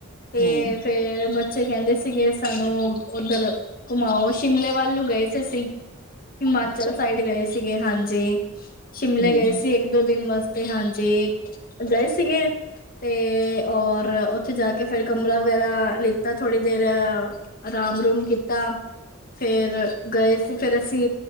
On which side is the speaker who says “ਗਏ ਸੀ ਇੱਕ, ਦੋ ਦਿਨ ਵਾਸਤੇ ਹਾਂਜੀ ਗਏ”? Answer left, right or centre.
Left